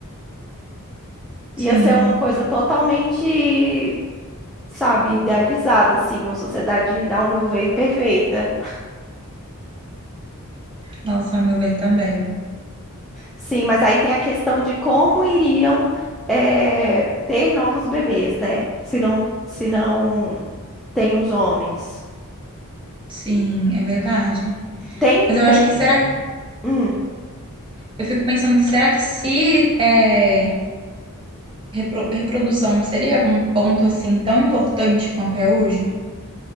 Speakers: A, in the centre; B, on the right.
A: Ia
B: Sim,
A: ser uma coisa totalmente sabe, idealizada, assim, uma sociedade, ao meu ver, perfeita.
B: nossa, ao meu ver também.
A: Sim, mas aí tem a questão de como iriam eh, ter novos bebês, né? Se não, se não tem os homens.
B: Sim, é verdade.
A: Tem,
B: Mas eu
A: tem,
B: acho que será
A: hum,
B: Eu fico pensando que será que se é, repro- reprodução seria um ponto assim tão importante quanto é hoje?